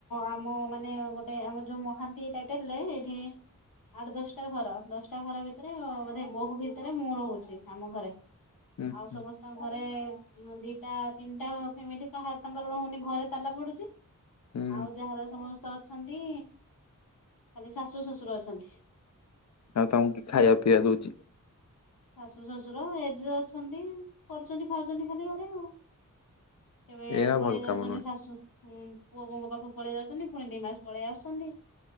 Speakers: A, on the left; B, on the left.
A: ଆମ ମାନେ ଗୋଟେ ଆମର ଯୋଉ ଥାଆନ୍ତି ଟାଇଟେଲରେ ଏଇଠି। ଆଠ ଦଶଟା ଘର ଦଶଟା ଘର ଭିତରେ ବୋଧେ ବୋହୂ ଭିତରେ ମୁଁ ରହୁଛି ଆମ ଘରେ।
B: ହୁଁ
A: ଆଉ
B: ହୁଁ
A: ସମସ୍ତଙ୍କ ଘରେ ଦିଟା ତିନିଟା ଫ୍ୟାମିଲି କାହାର ତାଙ୍କର ରହୁନି ଘରେ ତାଲା ପଡୁଛି।
B: ହୁଁ
A: ଆଉ ଯାହାର ସମସ୍ତେ ଅଛନ୍ତି। ଖାଲି ଶାଶୁ ଶ୍ୱଶୁର ଅଛନ୍ତି।
B: ଆଉ ତମକୁ କିଏ ଖାଇଆକୁ ପିଇଆକୁ ଦଉଛି?
A: ଶାଶୁ ଶଶୁର ଏ ଯେ ଅଛନ୍ତି କରୁଛନ୍ତି ଖାଉଛନ୍ତି ଖାଲି ଘରେ ଆଉ। କେବେ
B: ଏଇରା
A: ପଳେଇ
B: ଭଲ
A: ଯାଉଛନ୍ତି
B: କାମ ନୁହେଁ।
A: ଶାଶୁ ପୁଅ ବୋହୂଙ୍କ ପାଖକୁ ପଳେଇ ଯାଉଛନ୍ତି ପୁଣି ଦି ମାସ ପଳେଇ ଆସୁଛନ୍ତି।